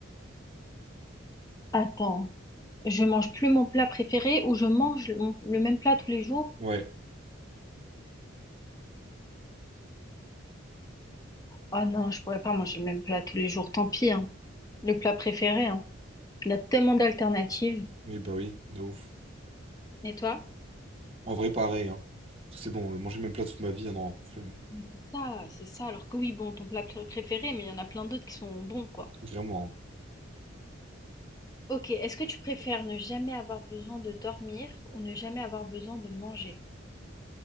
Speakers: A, on the left; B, on the right.
A: Attends, je mange plus mon plat préféré ou je mange le mon- le même plat tous les jours?
B: Ouais.
A: Ah non, je pourrais pas manger le même plat tous les jours, tant pis, hein. Le plat préféré, hein. Il y a tellement d'alternatives.
B: Oui, bah oui, de ouf.
A: Et toi?
B: En vrai, pareil, hein. Parce que c'est bon, euh, manger le même plat toute ma vie, ah non, flemme.
A: Mais c'est ça, c'est ça. Alors que oui, bon, ton plat pré- préféré, mais il y en a plein d'autres qui sont bons, quoi.
B: Vraiment. hein.
A: Ok, est-ce que tu préfères ne jamais avoir besoin de dormir ou ne jamais avoir besoin de manger?